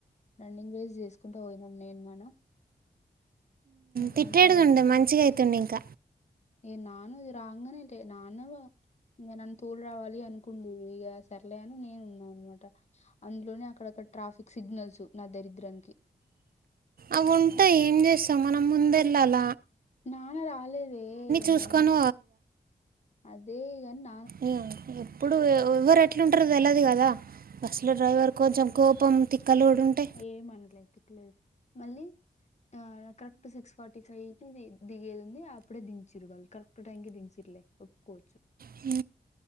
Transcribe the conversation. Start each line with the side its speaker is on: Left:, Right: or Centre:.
Left: రన్నింగ్ రేస్ చేసుకుంటా పోయినాం నేను నాన్న ఇక
Right: తిట్టేడిదుండే
Left: దాని తర్వాతకి
Right: మంచిగైతుండింక
Left: ఏ నాను ఇది రాంగానే లే నాన్న ఇంగ నన్ను తోడు రావాలి అనుకుండు ఇగ సర్లే అని నేను ఉన్నా అనమాట అందులోనే అక్కడక్కడ ట్రాఫిక్ సిగ్నల్స్ నా దరిద్రానికి
Right: అవుంటాయి ఏం చేస్తాం మనం ముందెళ్ళాల
Left: నాన్న రాలేదే
Right: చూసుకొని
Left: నేను అదేగన్న
Right: ఇగ ఎప్పుడూ ఎవ్వరెట్లుంటరో తెల్వదు గదా బస్ లో డ్రైవర్ కొంచెం కోపం తిక్కలు కూడా ఉంటే
Left: ఏ మనలే ఎతుకు లేదు మళ్ళీ ఆ కరెక్ట్ సిక్స్ ఫార్టీ ఫైవ్ తిధి దిగేదుంది అప్పుడే దించిరు వాలు కరెక్ట్ టైం కె దించరలే ఒక్కకోవచ్చు
Right: హ